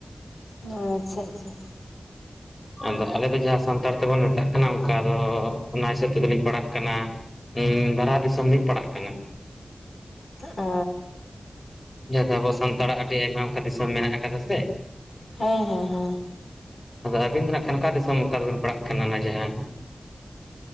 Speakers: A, on the left (about 85°); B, on the left (about 35°).
A: ᱟᱪᱪᱷᱟ-ᱟᱪᱪᱷᱟ᱾
B: ᱟᱫᱚ ᱟᱞᱮ ᱫᱚ ᱡᱟᱦᱟᱸ ᱥᱟᱱᱛᱟᱲ ᱛᱮᱵᱚᱱ ᱢᱮᱛᱟᱜ ᱠᱟᱱᱟ ᱚᱝᱠᱟ ᱫᱚ ᱚᱱᱟ ᱦᱤᱥᱟᱹᱵ ᱛᱮᱫᱚᱵᱤᱱ ᱯᱟᱲᱦᱟᱜ ᱠᱟᱱᱟᱼᱼ ᱵᱟᱨᱦᱟ ᱫᱤᱥᱚᱢ ᱞᱤᱧ ᱯᱟᱲᱟᱜ ᱠᱟᱱᱟ᱾
A: ᱚᱻ
B: ᱡᱟᱦᱟᱸ ᱫᱚ ᱟᱵᱚ ᱥᱟᱱᱛᱟᱲᱟᱜ ᱟᱹᱰᱤ ᱟᱭᱢᱟ ᱚᱝᱠᱟ ᱫᱤᱥᱚᱢ ᱢᱮᱱᱟᱜ ᱠᱟᱫᱟ ᱥᱮ
A: ᱦᱮᱸ ᱦᱮᱸ ᱦᱚᱸ
B: ᱟᱫᱚ ᱟᱹᱵᱤᱱ ᱫᱚ ᱱᱟᱜ ᱠᱷᱟᱱ ᱚᱠᱟ ᱫᱤᱥᱚᱢ ᱚᱝᱠᱟ ᱫᱚᱵᱤᱱ ᱯᱟᱲᱦᱟᱜ ᱠᱟᱱᱟ ᱚᱱᱟ ᱡᱟᱦᱟᱸ